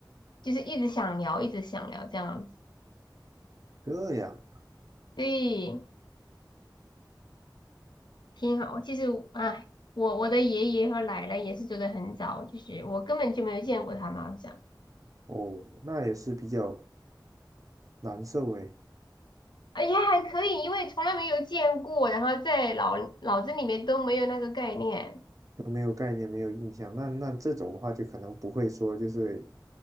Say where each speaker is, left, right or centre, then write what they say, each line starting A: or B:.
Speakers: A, on the left (about 70°); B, on the right (about 45°).
A: 就是一直想聊，一直想聊这样子。
B: 这样
A: 对，挺好。其实，哎，我我的爷爷和奶奶也是走得很早，就是我根本就没有见过他们，好像，
B: 哦，那也是比较难受诶，
A: 哎呀，还可以，因为从来没有见过，然后在脑脑子里面都没有那个概念。
B: 都没有概念，没有印象。那那这种的话，就可能不会说就是